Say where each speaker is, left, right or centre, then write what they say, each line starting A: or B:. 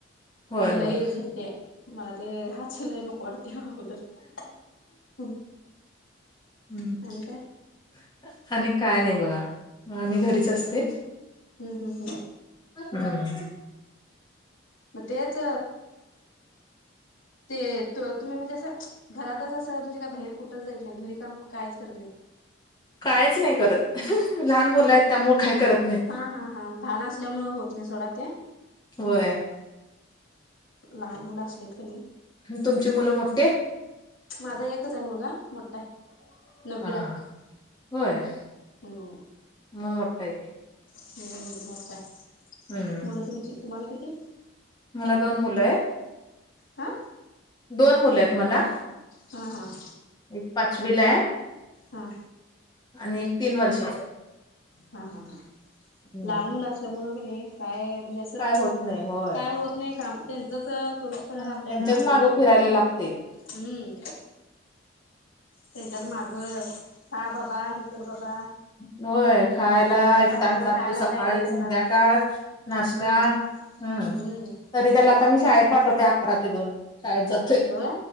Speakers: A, on the left; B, on the left.
A: होय
B: ते लई
A: होय
B: झडतेय मला ते हा शिलई नको वाट ते हा अगोदर
A: हम्म
B: आणि काय
A: आणि काय नाही बघा आम्ही घरीच असते.
B: हम्म हम्म हम्म
A: हम्म.
B: मग तेच ते तू तुम्ही म्हणजे असं घरातच असं म्हणजे काय बाहेर कुठं जायत नाही घरी काम कायच करत नाही.
A: कायच नाही करत. लहान मुलं
B: होय
A: आहेत त्यामुळे काय करत नाही
B: हा हा हा लहान असल्यामुळे होत नाही सोडा ते.
A: होय.
B: लहान मुलं असलेत क नी
A: तुमची मुलं मोठी आहे?
B: माझा एकच आहे मुलगा मोठा आहे. नववीला
A: हा
B: आहे
A: हा होय
B: हम्म
A: म मोठा आहे की.
B: हम्म मोठा आहे
A: हम्म
B: मुलं तुमची तुम्हाला किती?
A: मला दोन मुलं आहे.
B: हां.
A: दोन मुलं आहेत म्हणला.
B: हां हां.
A: एक पाचवीला आहे
B: हा.
A: आणि एक तीन वर्षचा आहे.
B: हा हा हा
A: हम्म
B: लहान मुलं असल्यामुळे क नाही काय म्हणजे अ सं
A: काय होत नाही होय
B: काय होत नाही काम त्यां चाचा करूत पर्या
A: त्यांच्याच
B: आपल्याना हे
A: मागं
B: होतय
A: फिरायला लागते.
B: हम्म. त्यांच्यात मागं खा बाबा हे कर बाबा
A: व्हय खायला
B: त्यांच्याच
A: एक
B: पाठीमाग
A: तास जातो
B: खायला
A: सकाळी
B: प्यायला त्यांना
A: संध्याकाळ नाश्ता
B: हम्म
A: हम्म
B: हम्म.
A: तरी त्याला आता मी शाळेत पाठवते अकरा ते दोन शाळेत जा
B: होय.